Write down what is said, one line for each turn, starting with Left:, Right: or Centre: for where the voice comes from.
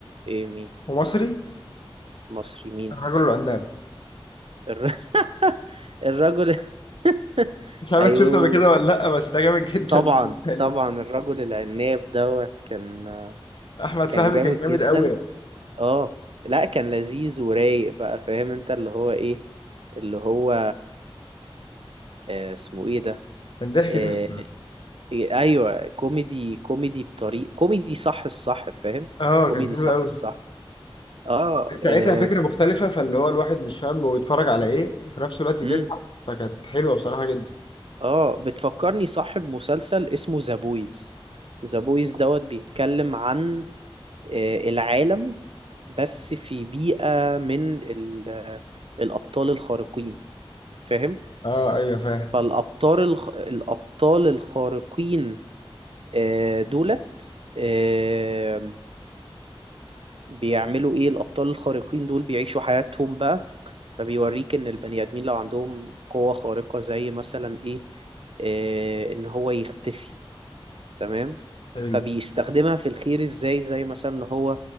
Right: ايه مين
Left: ومصري
Right: مصري مين
Left: الرجل العناب
Right: الر... <laughs> الرجل <laughs>
Left: مش عارف
Right: ايوه
Left: شفته قبل كده ولا لا بس ده جامد جدا
Right: طبعا
Left: بالنسبه لي
Right: طبعا الرجل العناب دوت كان
Left: احمد
Right: كان
Left: فهمي
Right: جامد
Left: كان جامد
Right: جدا
Left: قوي يعني.
Right: اه لا كان لذيذ ورايق بقى فاهم انت اللي هو ايه اللي هو آه، اسمه ايه ده
Left: كان ضحك
Right: آه،
Left: ضحك
Right: إيه، ايوه كوميدي كوميدي بطريق كوميدي صح الصح فاهم
Left: اه
Right: كوميدي
Left: كان حلو
Right: صح
Left: قوي
Right: الصح اه
Left: ساعتها
Right: آه،
Left: فكره مختلفه فاللي هو الواحد مش فاهم هو بيتفرج على ايه وفي نفس الوقت
Right: امم
Left: بيضحك فكانت حلوه بصراحه جدا
Right: اه بتفكرني صاحب مسلسل اسمه ذا بويز ذا بويز دوت بيتكلم عن آه، العالم بس في بيئة من ال- الأبطال الخارقين فاهم
Left: اه ايوه فاهم
Right: فالأبطال الخ... الأبطال الخارقين آه، دولت آه، بيعملوا إيه الأبطال الخارقين دول بيعيشوا حياتهم بقى فبيوريك إن البني آدمين لو عندهم قوة خارقة زي مثلا إيه آه، إن هو يختفي تمام
Left: ايوه
Right: فبيستخدمها في الخير إزاي زي مثلا إن هو